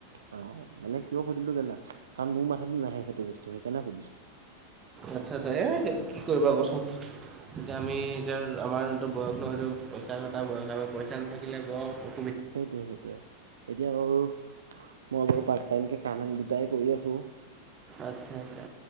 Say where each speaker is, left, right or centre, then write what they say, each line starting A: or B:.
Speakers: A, on the right; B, on the right.
A: অ, মানে কিয় সুধিলো জানা কাৰণ মোৰ মাথাতোত নাহে সেইটো বস্তু সেইকাৰণে সুধিছোঁ।
B: আচ্ছা- আচ্ছা এ সেইটো কি কৰিবা কোৱাচোন? এতিয়া আমি এতিয়া আমাৰতো বয়স নহলেও পইচা ঘটা বয়স আৰু পইচা নাথাকিলে বয়স
A: সেইটোৱে -সেইটোৱে এতিয়া বাৰু মই বাৰু পাৰ্ট টাইমকে কামেন দুটাই কৰি আছোঁ
B: আচ্ছা -আচ্ছা